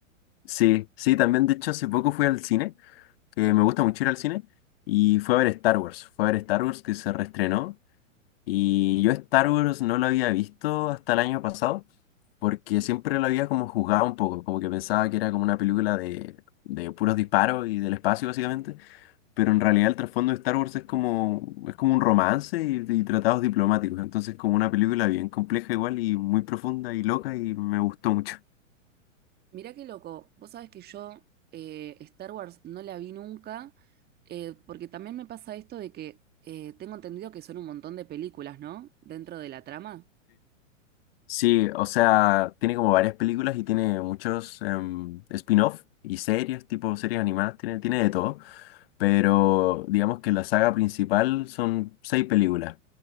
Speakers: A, on the left; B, on the right.
A: sí, sí, también de hecho hace poco fui al cine, que me gusta mucho ir al cine, y fue a ver Star Wars, fue a ver Star Wars que se reestrenó y yo Star Wars no lo había visto hasta el año pasado porque siempre lo había como juzgado un poco, como que pensaba que era como una película de, de puros disparos y del espacio básicamente. pero en realidad el trasfondo de Star Wars es como, es como un romance y, y tratados diplomáticos, entonces como una película bien compleja igual y muy profunda y loca y me gustó mucho.
B: Mirá qué loco, vos sabés que yo eh, Star Wars no la vi nunca, eh, porque también me pasa esto de que eh, tengo entendido que son un montón de películas, ¿no? Dentro de la trama.
A: Sí, o sea, tiene como varias películas y tiene muchos em, spin-off y series, tipo series animadas, tiene, tiene de todo. Pero digamos que la saga principal son seis películas.